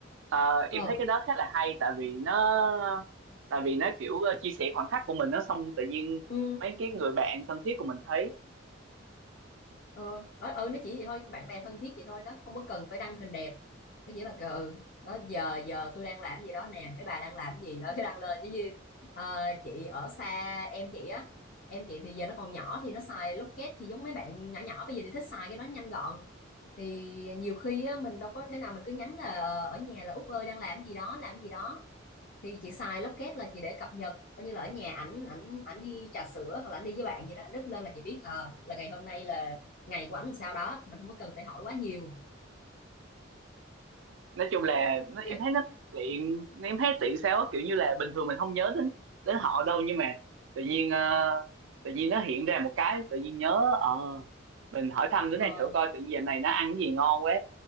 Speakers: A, on the right; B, on the left.
A: Ờ,
B: ờ
A: em thấy cái đó khá là hay tại vì nó tại vì nó kiểu ờ, chia sẻ khoảnh khắc của mình nó xong tự nhiên
B: ừ
A: mấy cái người bạn thân thiết của mình thấy
B: ờ đó ừ nó chỉ vậy thôi bạn bè thân thiết vậy thôi đó không có cần phải đăng hình đẹp nó chỉ là "Ờ, ừ đó giờ giờ tôi đang làm gì đó nè mấy bà đang làm gì đó cái đăng lên giống như ờ, chị ở xa em chị á em chị thì giờ nó còn nhỏ thì nó xài Locket thì giống mấy bạn nhỏ nhỏ bây giờ thì thích xài cái đó nhanh gọn thì nhiều khi á, mình đâu có thể nào mình cứ nhắn là ờ, ở nhà là Út ơi đang làm gì đó làm gì đó thì chị xài Locket là chị để cập nhật coi như là ở nhà ảnh ảnh ảnh đi trà sữa hoặc là ảnh đi với bạn gì đó ảnh up lên là chị biết ờ là ngày hôm nay là ngày của ảnh làm sao đó mình không có cần phải hỏi quá nhiều
A: nói chung là nó,
B: <laughs>
A: em thấy nó tiện em thấy tiện sao á kiểu như là bình thường mình không nhớ đến đến họ đâu nhưng mà tự nhiên ờ, tự nhiên nó hiện ra một cái tự nhiên nhớ ờ mình hỏi thăm đứa
B: ờ
A: này thử coi tự nhiên giờ này nó ăn cái gì ngon quá